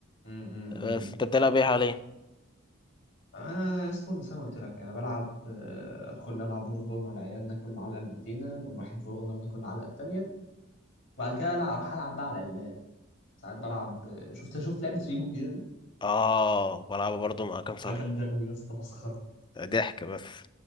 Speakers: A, on the left; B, on the left.
A: امم
B: بس انت بتلعب ايه حاليا
A: انا اصلا زي ما قلت لك انا بلعب آه، ادخل العب ورزون مع العيال ناكل العلقه المتينه نقوم رايحين في رقنا بناكل العلقه التانيه وبعد كده العب اروح العب بقى على اللاب ساعات بلعب شفت شفت لعبه ريبو جير دي
B: اه بلعبها برضه مع كام صح
A: ده جامده قوي يا اسطى مسخره
B: ضحك بس